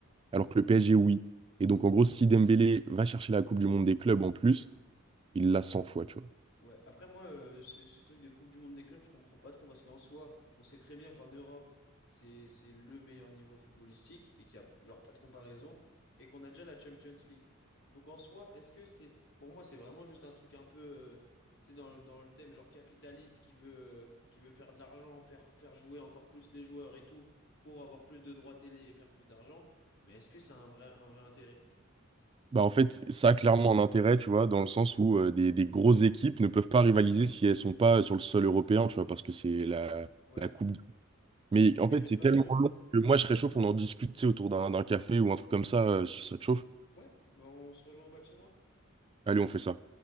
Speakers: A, on the right; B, on the left.
A: alors que le
B: ok.
A: PSG, oui. Et donc, en gros, si Dembélé va chercher la Coupe du Monde des clubs en plus, il l'a 100 fois, tu vois.
B: Ouais, après moi, euh, ce, ce truc de Coupe du Monde des clubs, je comprends pas trop parce qu'en soi, on sait très bien qu'en Europe, c'est c'est le meilleur niveau footballistique et qu'il y a genre pas de comparaison et qu'on a déjà la Champions League. Donc en soi, est-ce que c'est pour moi, c'est vraiment juste un truc un peu euh, tu sais dans, le- dans le thème genre capitaliste qui veut euh, qui veut faire de l'argent, faire faire jouer encore plus les joueurs et tout pour avoir plus de droits télé et faire plus d'argent, mais est-ce que c'est un vrai un vrai intérêt?
A: Bah, en fait, ça a clairement un intérêt, tu vois, dans le sens où euh, des, des grosses équipes ne peuvent pas rivaliser si elles sont pas sur le sol européen, tu vois, parce que c'est la,
B: Ouais.
A: la Coupe Mais
B: OK,
A: en fait,
B: mais de
A: c'est
B: toute façon,
A: tellement long que moi, je serais chaud qu'on en discute, tu sais, autour d'un d'un café ou un truc comme ça, euh, si ça te chauffe.
B: ouais, bah, on se rejoint en bas de chez moi.
A: Allez, on fait ça.